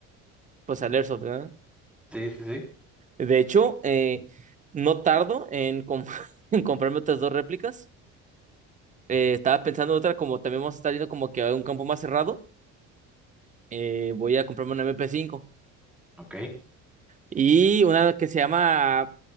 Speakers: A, on the right; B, in the centre.
A: pues al Airsoft, ¿verdad?
B: Sí, sí, sí.
A: De hecho, eh, no tardo en, com- <laughs> en comprarme otras dos réplicas. Eh, estaba pensando otra, como también vamos a estar yendo como que a un campo más cerrado, eh, voy a comprarme una MP5.
B: Ok,
A: Y una que se llama,